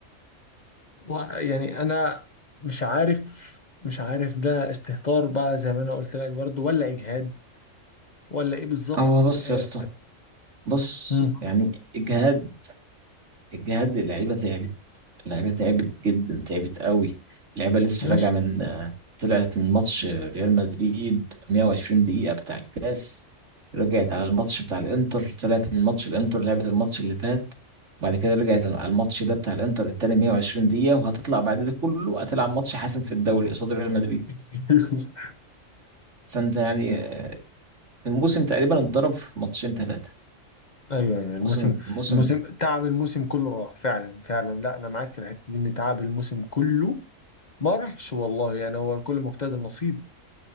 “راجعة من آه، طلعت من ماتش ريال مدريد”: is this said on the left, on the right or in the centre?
Right